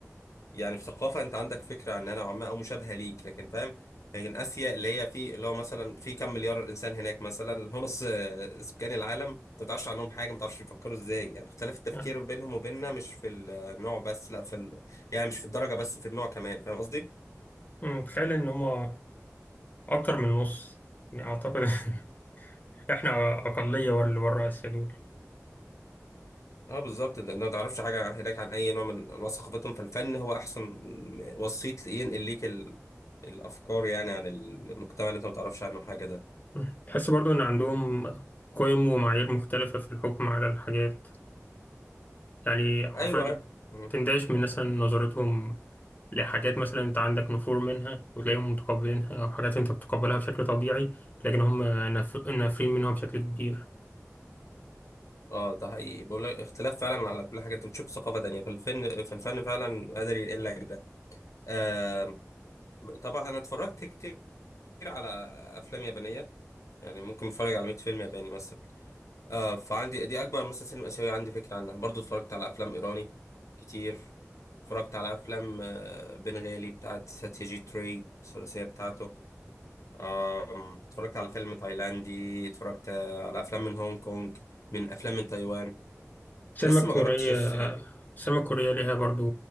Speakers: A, on the left; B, on the left.
A: يعني في ثقافة انت عندك فكرة عنها نوعا ما او مشابهة ليك لكن فاهم لكن اسيا اللي هي في اللي هو مثلا في كم مليار انسان هناك مثلا اللي هو نص آه، سكان العالم انت ما تعرفش عنهم حاجة ما تعرفش بيفكروا ازاي يعني اختلاف التفكير
B: يعني،
A: بينهم وبيننا مش في النوع بس لا في ال... يعني مش في الدرجة بس في النوع كمان فاهم قصدي؟
B: مم، تخيل إن هما أكتر من نص يعني أعتقد <laughs> إحنا أقلية ورا اللي برا آسيا دول
A: اه بالظبط انت أنت ما تعرفش حاجه هناك عن اي نوع من انواع ثقافتهم فالفن هو احسن وسيط ينقل ليك ال... الافكار يعني عن المجتمع اللي انت ما تعرفش عنه حاجه ده
B: مم، تحس برضو إن عندهم قيم ومعايير مختلفة في الحكم على الحاجات يعني حرفيا
A: ايوه أيوة. مم.
B: تندهش من مثلا نظرتهم لحاجات مثلا انت عندك نفور منها وتلاقيهم متقبلينها او حاجات انت بتقبلها بشكل طبيعي لكن هم نف- نافرين منها بشكل كبير
A: اه ده حقيقي بقول لك اختلاف فعلا على كل حاجه انت بتشوف ثقافه تانية فالفن فالفن فعلا قادر ينقل لك ده آه طبعا انا اتفرجت كتير على افلام يابانيه يعني ممكن اتفرج على 100 فيلم ياباني مثلا آه فعندي دي اكبر مثلا سينما اسيويه عندي فكره عنها برضو اتفرجت على افلام ايراني كتير اتفرجت على افلام آه، بنغالي بتاعت ساتياجيت راي الثلاثيه بتاعته آم، اتفرجت على فيلم تايلاندي اتفرجت آه، على افلام من هونج كونج من افلام من تايوان
B: السينما
A: لسه
B: الكورية
A: ما جربتش الصين يعني.
B: السينما الكورية ليها برضو